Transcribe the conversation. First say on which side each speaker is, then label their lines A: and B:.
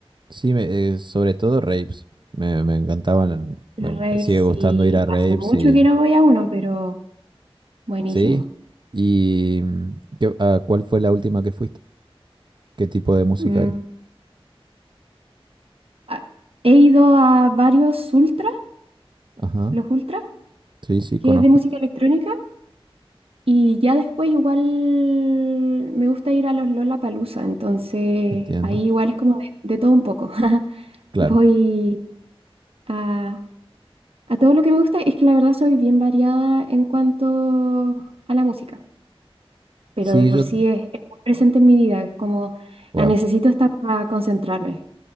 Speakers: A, on the right; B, on the right.
A: Sí, me- eh, sobre todo raves. Me, me encantaban.
B: los
A: Me,
B: raves,
A: me sigue
B: sí.
A: gustando ir a raves
B: Hace mucho
A: y.
B: que no voy a uno, pero buenísimo.
A: Sí. ¿Y mm, ¿qué- a cuál fue la última que fuiste? ¿Qué tipo de música
B: Mm,
A: era?
B: a- he ido a varios ultra,
A: Ajá.
B: los ultra,
A: Sí, sí,
B: que
A: conozco.
B: es de música electrónica, y ya después igual me gusta ir a los Lollapalooza, entonces
A: Entiendo.
B: ahí igual es como de, de todo un poco. <laughs>
A: Claro.
B: Voy a A todo lo que me gusta es que la verdad soy bien variada en cuanto a la música, pero
A: Sí,
B: de por
A: yo.
B: sí es, es muy presente en mi vida, es como
A: Wow.
B: la necesito hasta para concentrarme,